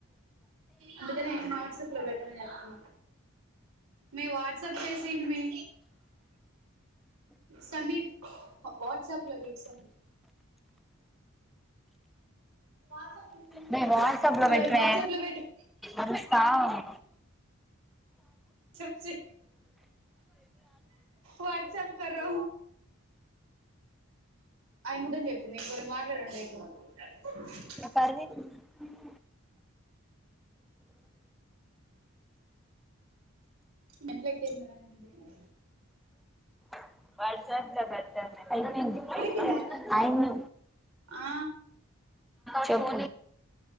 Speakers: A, on the right (about 85°); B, in the centre.
A: అందుకనే వాట్సాప్ లో పెట్టమని చెప్తున్నా మే వాట్సాప్ చేసి మే సమీర్ వాట్సాప్ లో పెట్ సమీర్ <unintelligible>
B: మే వాట్స్ అప్ లో
A: మే
B: పెట్టుమే
A: వాట్సాప్ లో పెట్టు
B: ఆరస్త ఉంది
A: సచే వాట్సప్ <unintelligible> <unintelligible>
B: ఎప్పర్ <unintelligible>
A: మెంట్లఎక్కింది నాకు నిజంగా
B: <unintelligible>
A: అయిపోయిందా
B: ఆ అమ్మి
A: ఆ
B: చెప్ప